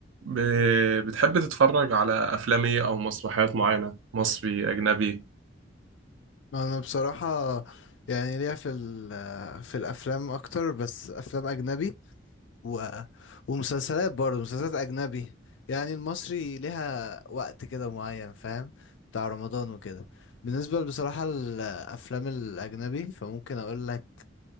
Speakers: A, on the right (about 90°); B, on the left (about 75°).
A: ب... بتحب تتفرج على أفلام إيه أو مسرحيات معينة مصري أجنبي
B: انا بصراحة يعني ليا في ال- في الافلام اكتر بس افلام اجنبي و... ومسلسلات برضه مسلسلات اجنبي يعني المصري ليها وقت كده معين فاهم بتاع رمضان وكده بالنسبة بصراحة الافلام الاجنبي فممكن اقول لك